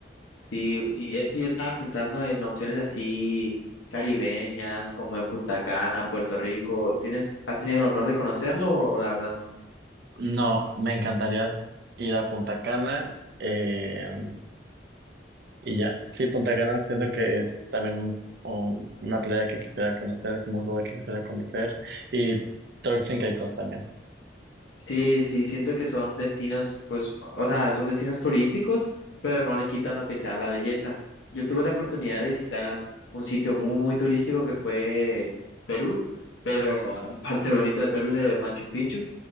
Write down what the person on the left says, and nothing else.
Sí, y es que yo estaba pensando en opciones así caribeñas, como en Punta Cana, Puerto Rico. ¿Tienes, has tenido el honor de conocerlo o, o la verdad no?
Sí, sí, siento que son destinos, pues, o sea, son destinos turísticos, pero no le quitan lo que sea la belleza. Yo tuve la oportunidad de visitar un sitio muy, muy turístico que fue Perú, pero <laughs> la parte bonita de Perú de Machu Picchu.